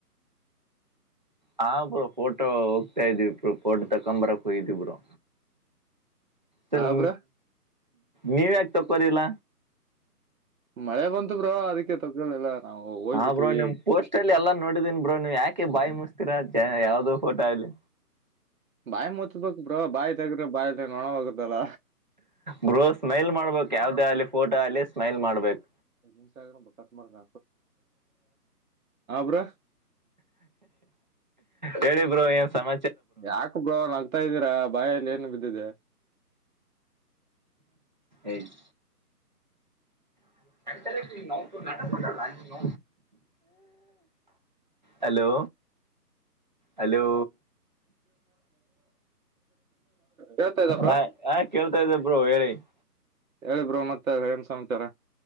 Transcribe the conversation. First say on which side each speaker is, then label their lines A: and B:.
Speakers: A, on the right; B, on the right.
A: ಹಾ ಬ್ರೊ ಫೋಟೋ ಹೋಗ್ತಾ ಇದ್ವಿ ಬ್ರೊ ಫೋಟೋ ತಕೊಂಬರಕ್ ಹೋಗಿದವಿ ಬ್ರೊ ತಿನ್
B: ಆ ಬ್ರೋ
A: ನೀವ್ ಯಾಕ್ ತಕೊರಿಲ್ಲ
B: ಮಳೆ ಬಂತು ಬ್ರೋ ಅದಕ್ಕೆ ತಗೊಳಿಲ್ಲ ನಾವು ಹೋಗ್ಬಿಟ್ವಿ
A: ಹಾ ಬ್ರೋ ನಿಮ್ ಪೋಸ್ಟ್ ಅಲ್ಲಿ ಎಲ್ಲಾ ನೋಡಿದೀನ್ ಬ್ರೋ ನಿ ಯಾಕೆ ಬಾಯಿ ಮುಸ್ತಿರಾ ಯಾವ್ದೋ ಫೋಟೋ ಅಲಿ
B: ಬಾಯಿ ಮುತ್ಬೇಕ್ ಬ್ರೊ ಬಾಯಿ ತೆಗ್ರ ಬಾಯಿ ನೊಣೋಗತ್ತಲ್ಲ
A: ಬ್ರೊ ಸ್ಮೈಲ್ ಮಾಡ್ಬೇಕಕ್ ಯಾವ್ದೇ ಅಲಿ ಫೋಟೋ ಅಲ್ಲಿ ಸ್ಮೈಲ್ ಮಾಡ್ಬೇಕು
B: ಇನ್ಸ್ಟಾಗ್ರಾಮ್ ಬಕತ್ ಮಾಡ್ದ ಬ್ರೋ
A: ಹೇಳಿ ಬ್ರೊ ಗುರು ಏನ್ ಸಮ
B: ಯಾಕ ಬ್ರೋ ನಗ್ತಾ ಇದ್ದೀರಾ ಬಾಯಲ್ಲಿ ಏನು ಬಿದ್ದಿದೆ
A: ಏಯ್ <unintelligible> ನೀನು ಹಲೋ ಹಲೋ
B: ಕೇಳ್ತಾ ಇದ್ದ ಬ್ರೋ
A: ಹಾ ಹಾ ಕೇಳ್ತಾ ಇದ್ದೇ ಬ್ರೋ ಹೇಳಿ <inaudible>
B: ಹೇಳಿ ಬ್ರೊ ಮತ್ತೆ ಏನ್ ಸಮಾಚಾರ